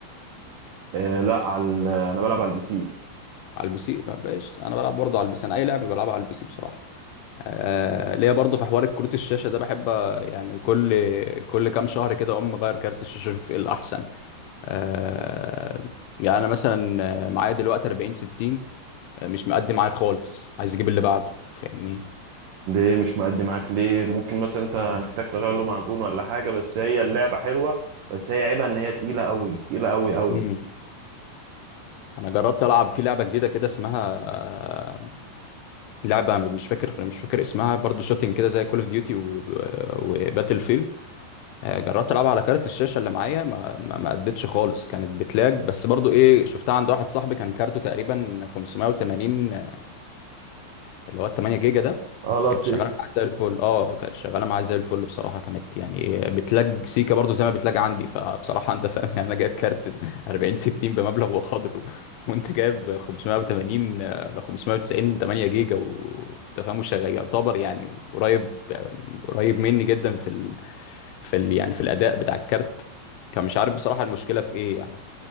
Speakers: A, on the right; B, on the left.
A: آه لا على ال- انا بلعب على البي سي
B: على البي سي ما بقاش انا بلعب برضه على البي سي انا اي لعبه بلعبها على البي سي بصراحه آه ليا برضه في حوار كروت الشاشه ده بحب آه، يعني كل كل كام شهر كده اقوم مغير كارت الشاشه اشوف ايه الاحسن آه يعني انا مثلا آه، معايا دلوقتي 40 60 آه، مش مقدي معايا خالص عايز اجيب اللي بعده فاهمني
A: ليه مش مأدي معاك ليه ممكن مثلا انت محتاج تغير له معجون ولا حاجة بس هي اللعبة حلوة بس هي عيبها ان هي تقيلة قوي تقيلة قوي قوي
B: مم. انا جربت العب في لعبه جديده كده اسمها آه، لعبه مش فاكر مش فاكر اسمها برضو شوتنج كده زي كول اوف ديوتي وباتل فيلد آه، جربت العبها على كارت الشاشه اللي معايا ما ما ما ادتش خالص كانت بتلاج بس برضو ايه شفتها عند واحد صاحبي كان كارته تقريبا 580 اللي هو ال 8 جيجا ده
A: اه الار
B: كانت
A: تي
B: شغاله
A: اكس
B: معايا زي الفل اه كانت شغاله معايا زي الفل بصراحه كانت يعني بتلاج سيكا برضو زي ما بتلاج عندي فبصراحه انت فاهم يعني انا جايب كارت ب 40 60 بمبلغ وقدره <laughs> وانت جايب 580 ل 590 8 جيجا وانت فاهم وشغال يعتبر يعني قريب قريب مني جدا في ال... في ال... يعني في الاداء بتاع الكارت كان مش عارف بصراحه المشكله في ايه يعني